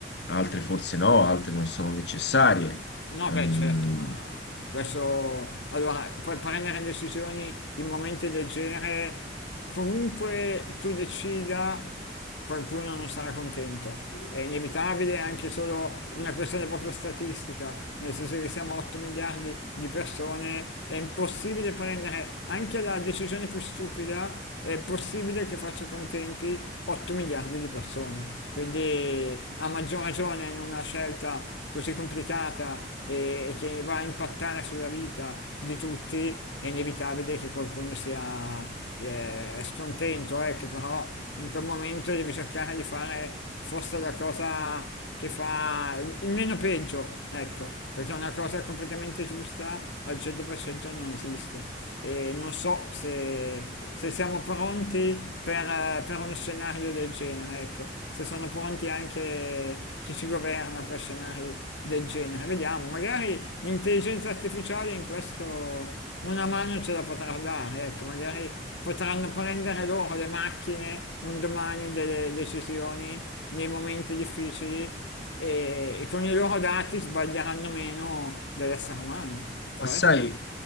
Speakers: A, on the left; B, on the left.
A: altre forse no, altre non sono necessarie.
B: No, beh,
A: Mm,
B: certo, ma questo... Allora, puoi prendere decisioni in momenti del genere, comunque tu decida, qualcuno non sarà contento. È inevitabile, è anche solo una questione proprio statistica, nel senso che siamo 8 miliardi di persone, è impossibile prendere anche la decisione più stupida, è possibile che faccia contenti 8 miliardi di persone. Quindi, a maggior ragione, in una scelta così complicata e che va a impattare sulla vita di tutti, è inevitabile che qualcuno sia eh, scontento, ecco, però in quel momento devi cercare di fare forse la cosa che fa il meno peggio, ecco, perché una cosa completamente giusta al 100% non esiste. E non so se, se siamo pronti per, per uno scenario del genere, ecco, se sono pronti anche chi ci governa per scenari del genere. Vediamo, magari l'intelligenza artificiale in questo una mano ce la potrà dare, ecco, magari potranno prendere loro le macchine un domani delle decisioni nei momenti difficili e, e con i loro dati sbaglieranno meno dell'essere umano. Può
A: Ma sai,
B: essere?